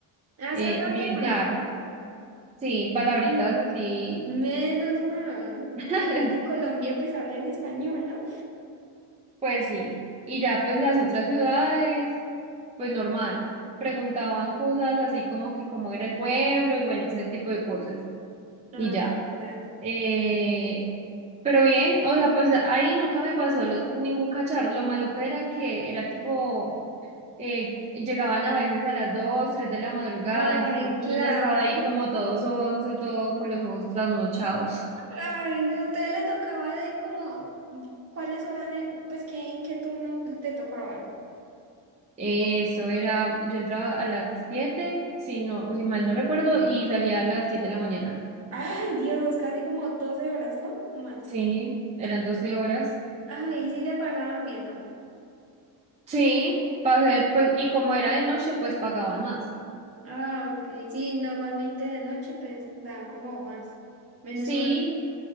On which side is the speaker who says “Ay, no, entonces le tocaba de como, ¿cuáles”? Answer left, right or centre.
Right